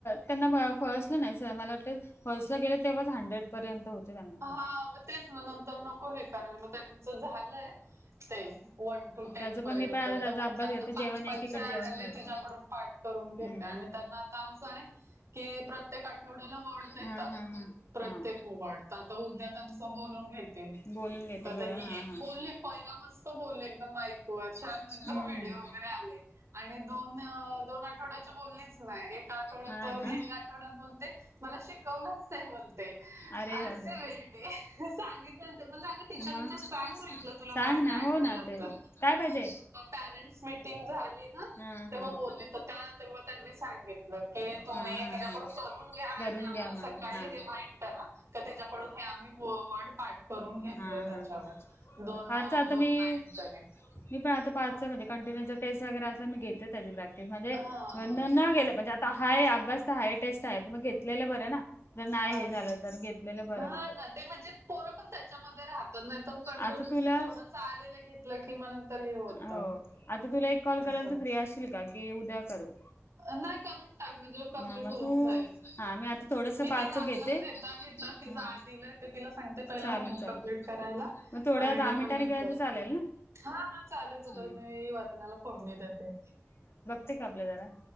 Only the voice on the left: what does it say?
त्यांना फळसलं नाहीस, मला वाटतय फळसला गेलं तेव्हा झाडलय. पर्यत होते त्या
त्याचं
पण मी पण आता त्याचा
अभ्यास
घेते
जेवण
एकीकडे जेवण घालते.
हम्म.
हा हा हा.
हा
बोलून घेतील
बरं
हा
हा
हम्म
हम्म.
हा
ना
अरे
बापरे
मग
सांग
ना
हो ना ते
काय पाहिजे?
हा
हा.
हा हा
हा
करून
घ्या म्हणून
हा
हा
हा हा
पाच आता
मी
मी प आता पाच म्हणजे कंटिन्यूचा टेस्ट वगैर अस मी घेते त्या प्र्या म्हणजे
न गेलं म्हणजे आता हाय अभ्यास तर हाय टेस्ट आहे त मग घेतलेले बर ना जर नाही
हे झालं तर घेतलेलं बरं
मत
आता तुला
हो आता तुला एक कॉल
करायला त फ्री असशील का की उद्या करू
हा मग
तू
हा मी आता थोडस
पाच
घेते
हा
चालेल
चालेल
मग थोड्या
दहा
मिनिटांनी
केलं तर चालेल
हम्म.
ते कापले जरा.